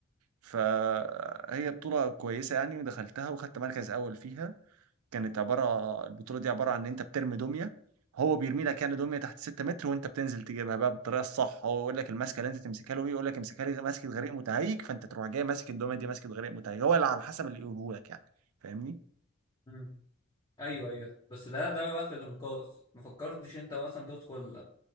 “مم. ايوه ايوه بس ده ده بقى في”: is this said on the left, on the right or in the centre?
Left